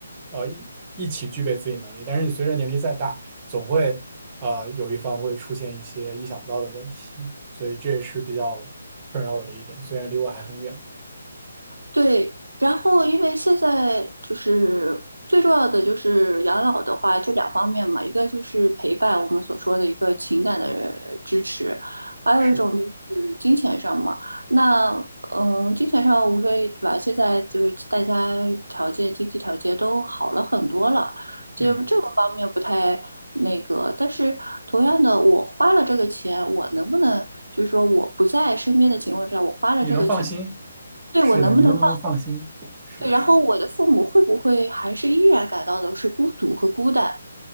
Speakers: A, on the right; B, on the right.
A: 呃，一一起具备自理能力。但是你随着年龄再大，总会呃有一方会出现一些意想不到的问题，所以这也是比较困扰我的一点，虽然离我还很远。
B: 对，然后因为现在就是最重要的就是养老的话，就两方面嘛，一个就是陪伴，我们所说的一个情感的支持，还有一种就是金钱上嘛。
A: 是，
B: 那嗯，金钱上无非对吧？现在就是大家条件、经济条件都好了很多了，就这个方面不太那个。
A: 嗯，
B: 但是同样的，我花了这个钱，我能不能就是说我不在身边的情况下，我花了这个钱。
A: 你能放心？
B: 对，
A: 是的，
B: 我能不能
A: 你能不能放心？是。
B: 对，然后我的父母会不会还是依然感到的是孤独和孤单？